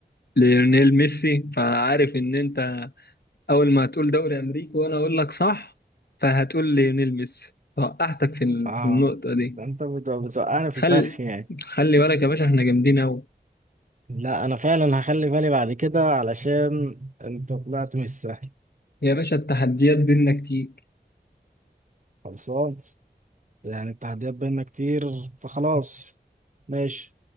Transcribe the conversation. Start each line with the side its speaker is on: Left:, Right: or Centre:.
Left: ليونيل ميسي فعارف ان انت اول ما هتقول دوري امريكي وانا اقول لك صح فهتقول ليونيل ميسي فوقعتك في ال-
Right: اه
Left: في النقطة دي
Right: ده انت بت- بتوقعني في
Left: خل
Right: الفخ يعني
Left: خلي بالك يا باشا احنا جامدين قوي
Right: لا انا فعلا هخلي بالي بعد كده علشان انت طلعت مش سهل
Left: يا باشا التحديات بينا كتير
Right: خلصان يعني التحديات بينا كتير فخلاص ماشي